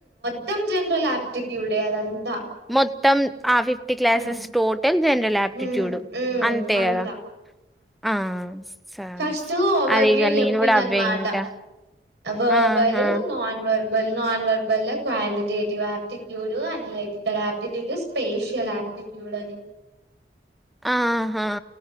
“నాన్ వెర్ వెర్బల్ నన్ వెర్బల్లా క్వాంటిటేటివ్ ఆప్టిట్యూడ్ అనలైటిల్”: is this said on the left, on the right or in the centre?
Right